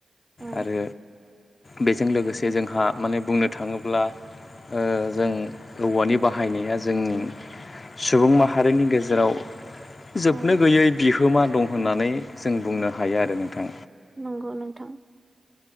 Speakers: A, on the right; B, on the left.
A: औ
B: आरो बेजों लोगोसे जोंहा माने बुंनो थाङोब्ला ओ जों औवानि बाहायनाया जों सुबुं माहारिनि गेजेराव जोबनो
A: औ
B: गैयै बिहो गोहोमा दं होननानै जों बुंनो हायो आरो नोंथां।
A: नंगौ नोंथां।